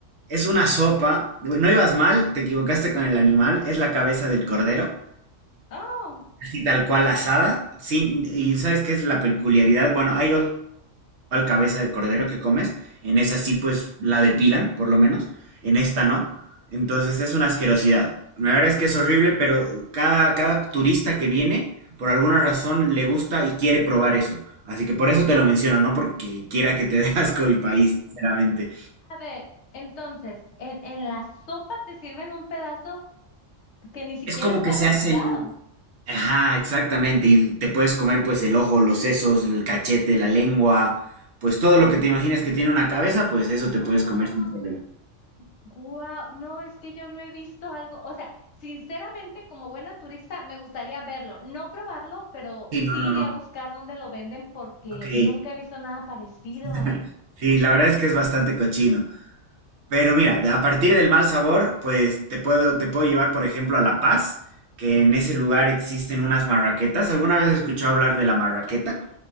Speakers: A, on the right (about 65°); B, on the left (about 65°).
A: Es una sopa. No ibas mal, te equivocaste con el animal, es la cabeza del cordero.
B: Oh,
A: Así tal cual asada. Sin, y ¿sabes qué es la peculiaridad? Bueno, hay otra igual cabeza de cordero que comes. En esa sí, pues la depilan, por lo menos. En esta no. Entonces es una asquerosidad. La verdad es que es horrible, pero cada, cada turista que viene, por alguna razón, le gusta y quiere probar eso. Así que por eso te lo menciono, no porque quiera que te dé <laughs> asco mi país, sinceramente.
B: A ver, entonces, en, en la sopa te sirven un pedazo que ni siquiera
A: Es como
B: está
A: que se
B: rasurado.
A: hacen Ajá, exactamente. Y te puedes comer pues el ojo, los sesos, el cachete, la lengua, pues todo lo que te imagines que tiene una cabeza, pues eso te
B: <gasps> ¡Ah!
A: puedes comer sin problema.
B: Guau, no, es que yo no he visto algo, o sea, sinceramente, como buena turista, me gustaría verlo, no probarlo, pero
A: Sí,
B: sí
A: no, no,
B: iré
A: no.
B: a buscar dónde lo venden porque
A: Ok.
B: nunca he visto nada parecido.
A: <laughs> Sí, la verdad es que es bastante cochino. Pero mira, de- a partir del mal sabor, pues te puedo, te puedo llevar, por ejemplo, a La Paz, que en ese lugar existen unas marraquetas. ¿Alguna vez has escuchado hablar de la marraqueta?